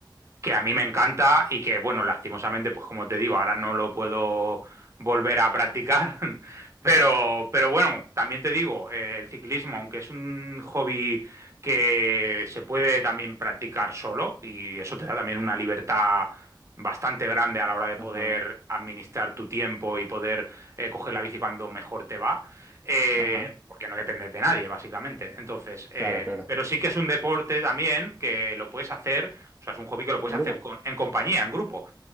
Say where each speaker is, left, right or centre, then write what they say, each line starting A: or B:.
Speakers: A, on the right; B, on the right.
A: que a mí me encanta y que, bueno, lastimosamente, pues como te digo, ahora no lo puedo volver a practicar, <laughs> pero, pero bueno, también te digo, eh, el ciclismo, aunque es un hobby que se puede también practicar solo y eso te da también una libertad bastante grande a la hora de poder
B: Ajá,
A: administrar tu tiempo y poder eh, coger la bici cuando mejor te va, eh,
B: ajá,
A: porque no dependes de nadie, básicamente. Entonces, eh,
B: claro, claro.
A: pero sí que es un deporte también que lo puedes hacer o sea, es un hobby que lo puedes
B: En
A: hacer
B: grupo.
A: con, en compañía, en grupo.